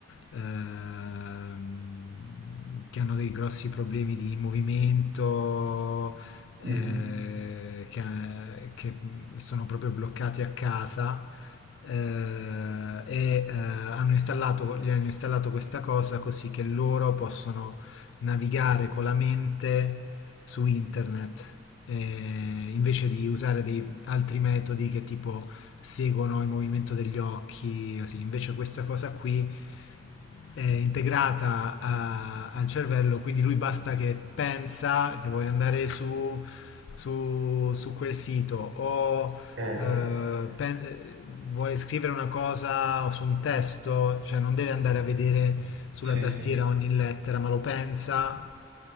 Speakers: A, on the left (about 75°); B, on the right (about 75°).
A: ehm, che hanno dei grossi problemi di movimento, eh,
B: Mm.
A: che, che sono proprio bloccati a casa, eh, e eh, hanno installato, gli hanno installato questa cosa così che loro possono navigare con la mente su internet eh, invece di usare dei altri metodi che tipo seguono il movimento degli occhi, così. invece questa cosa qui è integrata a- al cervello, quindi lui basta che pensa che voglio andare su, su- su quel sito o
B: Eh,
A: eh, pen- eh, vuole scrivere una cosa o su un testo, cioè non deve andare a vedere sulla
B: sì.
A: tastiera ogni lettera, ma lo pensa